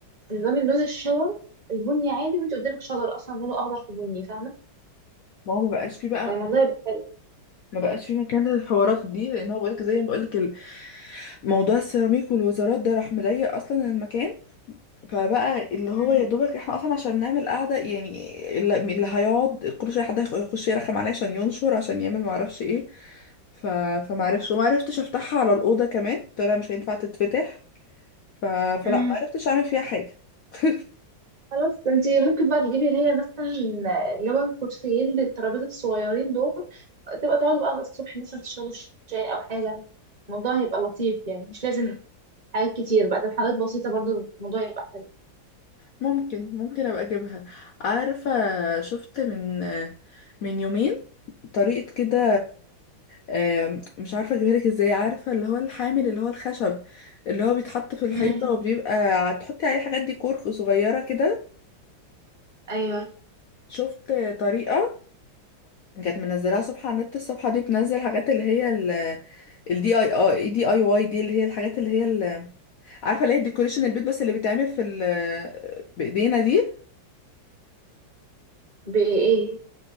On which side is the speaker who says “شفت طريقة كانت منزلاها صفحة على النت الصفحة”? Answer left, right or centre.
Left